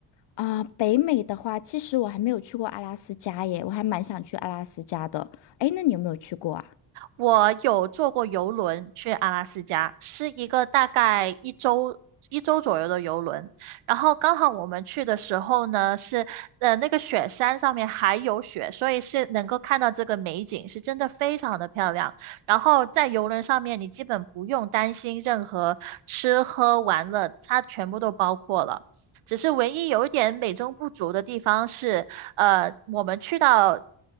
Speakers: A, on the left; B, on the right.
A: 啊、北美的话，其实我还没有去过阿拉斯加耶，我还蛮想去阿拉斯加的。哎，那你有没有去过啊？
B: 我有坐过游轮去阿拉斯加，是一个大概一周一周左右的游轮。然后刚好我们去的时候呢，是呃那个雪山上面还有雪，所以是能够看到这个美景，是真的非常的漂亮。然后在游轮上面，你基本不用担心任何吃喝玩乐，它全部都包括了。只是唯一有一点美中不足的地方是，呃，我们去到